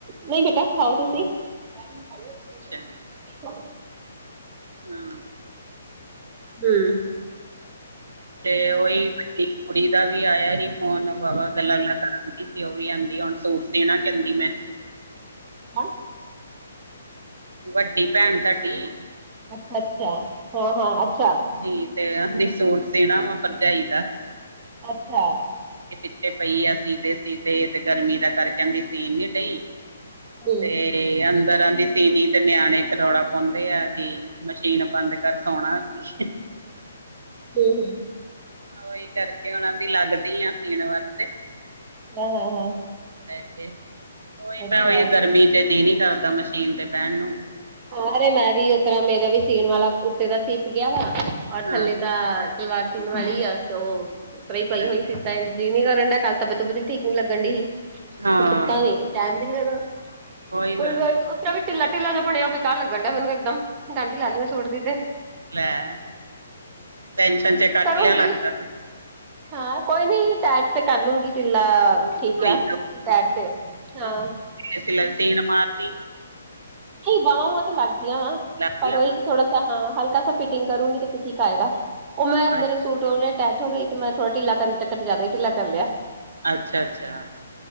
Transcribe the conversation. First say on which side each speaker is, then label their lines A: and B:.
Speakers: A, on the right; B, on the right.
A: ਨਹੀਂ ਬੇਟਾ ਖਾਓ ਤੁਸੀਂ। <unintelligible>
B: ਅੱਛਾ।
A: ਹਾਂ।
B: ਹਾਂ।
A: ਹੂੰ।
B: ਤੇ, ਉਓਹੀ ਵਡੀ ਕੁੜੀ, ਦਾ ਵੀ ਆਇਆ ਸੀ, ਫੋਨ। ਵਵਾ ਗੱਲਾਂ- ਗੁਲਾਂ ਕਰਾਂਦੀ। ਉਹ ਵੀ ਆਂਦੀ ਆ, ਹੁਣ ਸੂਟ ਸਿਣਾ, ਕਹਿੰਦੀ ਮੈਂ।
A: ਹ।
B: ਵੱਡੀ ਭੈਣ, ਤੁਹਾਡੀ।
A: ਅੱਛਾ ਅੱਛਾ ਹਾਂ ਹਾਂ ਅੱਛਾ
B: ਤੇਠ ਤੇ ਆਦੀ ਸੋਟ ਸਣਾ ਵਾ ਭਰਜਾਈ ਦਾ
A: ਅੱਛਾ।
B: ਪਿੱਛੇ ਪਈ ਆ। ਸੀਦੇ- ਸੀਦੇ, ਤੇ ਗਰਮੀ ਦਾ ਕਰਕੇ। ਆਹਿੰਦੀ ਸੀਨ ਨੀ ਡਹੀ
A: ਹੂੰ
B: ਤੇ। ਤੇ, ਅੰਦਰਾਂ ਦੀ ਸੀਨੀ ਤੇ। ਨਿਆਣੇ ਤੇ ਰੌਲਾ ਪਾਉਂਦੇ, ਆ। ਕਿ, ਮਸ਼ੀਨ ਬੰਦ ਕਰ। ਸੋਣਾ ਸੀ।
A: ਹੂੰ-ਹੂੰ।
B: ਉਹੀ ਕਰਕੇ, ਉਹਨਾਂ ਦੀ, ਲੱਗਦੀ ਆ ਸੀਣ ਵਾਸਤੇ।
A: ਹਾਂ ਹਾਂ ਹਾਂ
B: ਉਹੀ,
A: ਅੱਛਾ
B: ਮੈਂ ਉਹੀ, ਗਰਮੀ ਚ ਜੀ ਨੀ ਕਰਦਾ। ਚੀਨ 'ਤੇ ਪਹਿਣ ਨੂੰ
A: ਹੋਰ ਮੈਂ ਵੀ ਉਤ ਮੇਰਾ ਵੀ ਸੀਣ ਵਾਲਾ ਉੱਤੇ ਦਾ ਸੀਪ ਗਿਆ ਵਾ ਔਰ
B: ਹਾਂ
A: ਥੱਲੇ ਦਾ ਸਲਵਾਰ ਚਨ ਵਾਲੀ ਆ ਤੇ ਉਹ ਉਪਰ ਹੀ
B: ਅੱਛਾ
A: ਪਈ ਹੋਈ ਸੀ ੈ ਜੀ ਨੀ ਕਰਨ ਡ ਕੱਲ ਤਬੀਅਤ ਤਬਤਬ ਵੀ ਠੀਕ ਨੀ ਲੱਗਣ ਦੀ ਸੀ
B: ਹਾਂ
A: ਨ ਟਾਈਮ ਵੀ ਲਣਾ
B: ਉਹੀ
A: ਕੋਈ
B: ਨਾ
A: ਉੱਥੇ ਵੀ ਢਿੱਲਾ ਢਿੱਲਾ ਜ ਬਣਿਆ ਪ ਬਕਾਰ ਲੱਗਣ ਡਿਆ ਮੈਨੂੰ ਦ ਡਾਂਡੀ ਲਾ ਸੂਟ ਦੀ ਤੇ
B: ਲੈ ਟੈਨਸ਼ਨ ਚ ਕੱਟ
A: ਕਰੋਂਗੀ
B: ਲਿਆ ਲੱਗਦਾ ਤੂੰ
A: ਹਾਂ ਕੋਈ ਨੀ ਟੈ ਤੇ ਕਰ ਲੂੰਗੀ ਕਿੰਨਾ
B: ਹੋਈ
A: ਠੀਕ ਸਾਈਡ ਤੇ ਹਾਂ
B: ਸ ਸੀਣ ਮਾਰਦੀ
A: ਨਹੀਂ ਬਾਹ ਵਹ ਤੇ ਲੱਗ ਗਿਆ
B: ਲੱਗਦੀਆਂ
A: ਪਰ ਉਹੀ
B: ਵਾ
A: ਥੋੜਾ ਹਾਂ ਹਲਕਾ ਸ ਫਿਟਿੰਗ ਕਰੂੰਗੀ ਤੇ ਫਿਰ ਠੀਕ ਆਏਗਾ ਉਹ ਮੈਂ
B: ਅੱਛਾ
A: ਮੇਰੇ ਸੂਟ ਟੈਟ ਹੋ ਗਈ ਤੇ ਮੈਂ ਥੋੜਾ ਢਿੱਲਾ ਕਰਨ ਚੱਕ ਤੇ ਜ਼ਿਆਦਾ ਢਿੱਲਾ ਕਰ ਲਿਆ
B: ਅੱਛਾ ਅੱਛਾ